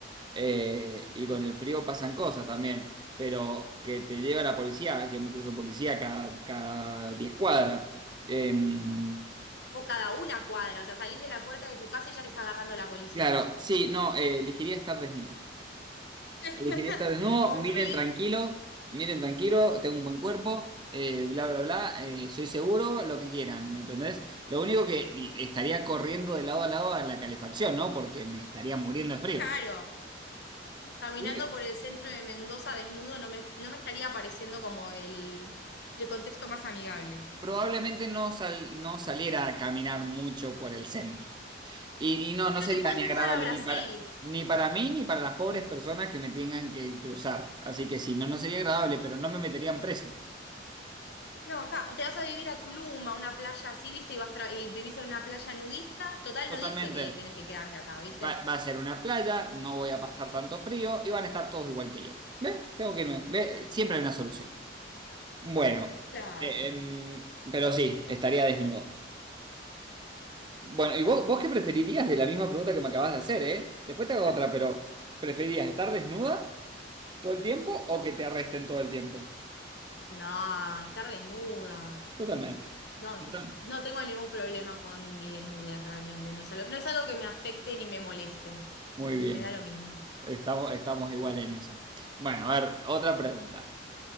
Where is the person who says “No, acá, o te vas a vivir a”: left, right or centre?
Left